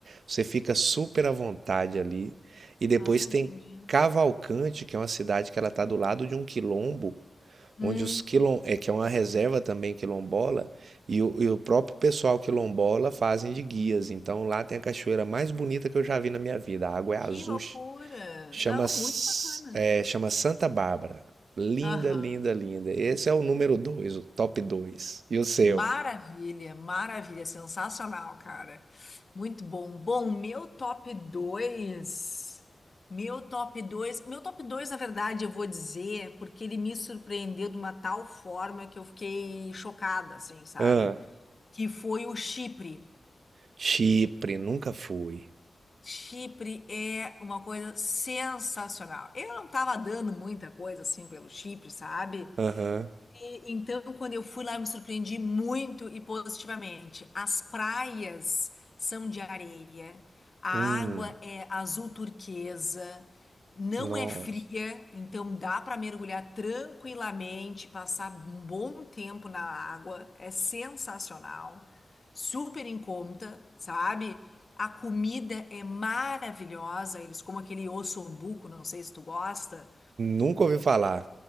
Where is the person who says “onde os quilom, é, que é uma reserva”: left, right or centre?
Right